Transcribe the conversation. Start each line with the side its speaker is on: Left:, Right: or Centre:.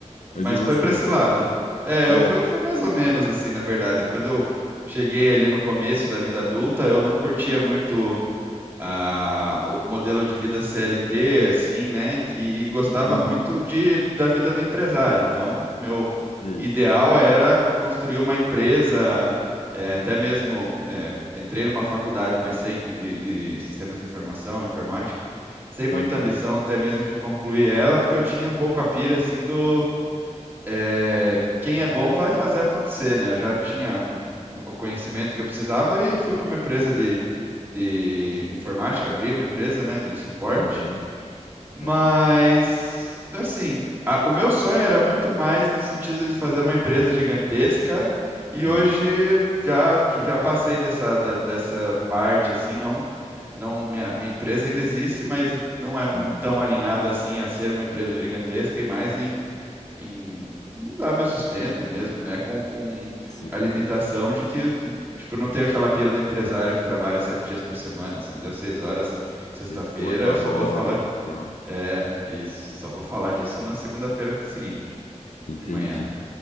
Left: mas
Right: Mas
Left: e você?
Right: foi pra esse lado. É,
Left: É.
Right: eu fui, eu fui mais ou menos assim, na verdade.
Left: Uhum.
Right: Quando eu cheguei ali no começo da vida adulta, eu não curtia muito. ah, o modelo de vida CLT, assim, né? E, e gostava
Left: Uhum.
Right: muito de, da vida do empresário. Então, meu
Left: Sei.
Right: ideal era construir uma empresa, eh, até mesmo eh, entrei numa faculdade, mas sem de, de sistemas de informação, informática, sem muita
Left: Aham.
Right: ambição até mesmo de concluir ela, porque eu tinha um pouco a pira assim do é, quem é bom vai fazer acontecer, né? Eu já tinha hum, o conhecimento que eu precisava e fui para uma empresa de,
Left: Sei.
Right: de informática, abri uma empresa, né, de suporte.
Left: Aham.
Right: Mas,
Left: Aham.
Right: assim, a- o meu sonho era muito mais no sentido de fazer uma empresa gigantesca e
Left: Uhum.
Right: hoje já, já passei dessa, da- dessa parte, assim, não. Não, minha, minha empresa ainda existe, mas não é muito
Left: Uhum.
Right: tão alinhada assim a ser uma empresa gigantesca e mais em em dar meu sustento mesmo, né? Com, com
Left: Sei.
Right: a limitação de que, eu t- tipo, eu não tenho aquela pira do empresário que trabalha sete dias por semana, assim, deu seis horas de sexta-feira,
Left: Sei, tipo, workaholic
Right: eu só vou falar,
Left: e tal.
Right: é, isso, só vou falar disso na segunda-feira seguinte,
Left: Entendi.
Right: de manhã.